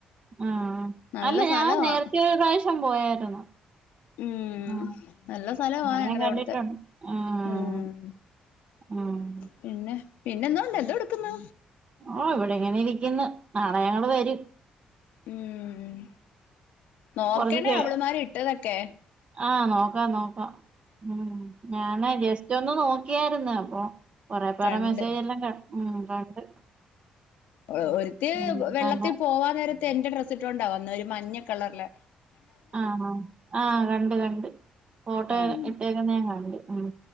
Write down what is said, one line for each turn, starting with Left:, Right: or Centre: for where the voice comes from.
Right: ആഹ്.
Left: നല്ല
Right: അല്ല
Left: സ്ഥലവാ
Right: ഞാ നേരത്തെ ഒരു റാശ്യം പോയായിരുന്നു.
Left: ഉം
Right: അഹ്.
Left: നല്ല സ്ഥലവാ
Right: ഞാൻ
Left: ഞങ്ങടെ
Right: കണ്ടിട്ടോണ്ട്.
Left: അവിടുത്തെ
Right: ആഹ്
Left: ഉം
Right: ആഹ്
Left: പിന്നെ. പിന്നെന്തോണ്ട്. എന്തൊടുക്കുന്നു?
Right: ഓഹ് ഇവിടെ ങ്ങനെ ഇരിക്കുന്ന്. നാളെ ഞങ്ങള് വെരും.
Left: ഉം നോക്കണേ.
Right: കൊറച്ച് ചെ
Left: അവള്മാര് ഇട്ടതൊക്കെ.
Right: ആഹ് നോക്കാം നോക്കാം. ഉം ഞാന് ജസ്റ്റൊന്ന് നോക്കിയരുന്ന്. അപ്പൊ കൊറെ പേറ
Left: കണ്ട്
Right: മെസ്സേജേല്ലാം കൺ ഉം കണ്ട്.
Left: ഓള് ഒരുത്തി
Right: ഉം
Left: വെള്ളത്തി
Right: കണ്ട
Left: പോവാനേരത്ത് എന്റെ ഡ്രസ്സ് ട്ടോണ്ടാ വന്നേ. ഒരു മഞ്ഞകളറിലെ
Right: ആഹ് ആഹ് കണ്ട് കണ്ട്. ഫോട്ടോ
Left: കൺ
Right: ഇട്ടേക്കുന്ന ഞാ കണ്ട്. ഉം